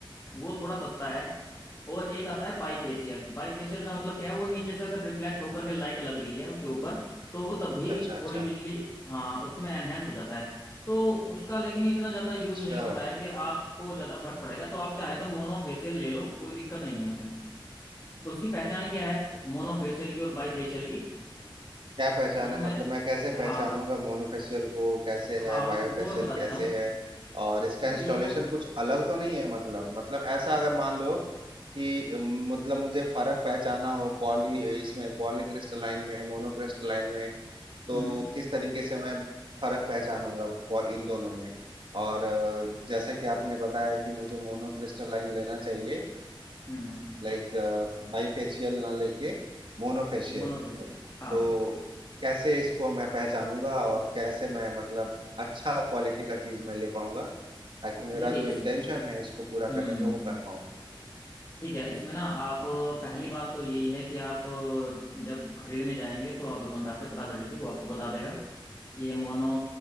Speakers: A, on the left; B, on the right.
A: वो थोड़ा सस्ता है और एक आता है बाई फेशियल बाई फेशियल का मतलब क्या है वो नीचे से अगर रिफ्लेक्ट होकर के लाइट लग रही है उसके ऊपर तो वो तब भी
B: अच्छा अच्छा
A: थोड़ी बिजली हाँ उसमें एनहेंस हो जाता है तो उसका लेकिन इतना ज़्यादा यूज़
B: अच्छा
A: नहीं होता है कि आपको ज़्यादा फर्क पड़ेगा तो आप चाहे तो मोनो फेशियल ले लो कोई दिक्कत नहीं है उसमें उसकी पहचान क्या है
B: अच्छा
A: मोनो
B: अच्छा।
A: फेशियल की और बाई फेशियल की
B: क्या पहचान
A: उसमें
B: है मतलब मैं कैसे
A: हाँ
B: पहचानूंगा मोनोफेशियल को कैसे
A: हाँ
B: है
A: वो,
B: बायोफेशियल
A: वो मैं बता देता
B: कैसे
A: हूँ
B: है और इसका इंस्टॉलेशन
A: जो
B: कुछ अलग तो नहीं है मतलब मतलब ऐसा अगर मान लो कि अम, मतलब मुझे फर्क पहचाना हो पॉली इसमें पॉली क्रिस्टलाइन में मोनो क्रिस्टलाइन में तो
A: हम्म
B: किस तरीके से मैं फर्क पहचानूंगा ब- इन दोनों में और अ, जैसा कि आपने बताया कि मुझे मोनो क्रिस्टलाइन लेना चाहिए
A: हम्म
B: लाइक बाईफेशियल ना लेके मोनोफेशियल
A: Monofacial हाँ
B: तो
A: हाँ
B: कैसे इसको मैं पहचानूंगा और कैसे मैं मतलब अच्छा क्वालिटी का चीज मैं ले पाऊंगा ताकि
A: देखिए
B: मेरा जो
A: इस
B: इंटेंशन है इसको पूरा
A: हम्म
B: करने का वो कर पाऊँ
A: ठीक है इसमें ना आप पहली बात तो यही है कि आप जब खरीदने जाएंगे तो आप दुकानदार से पता कर लीजिए वो आपको बता देगा कि ये मोनो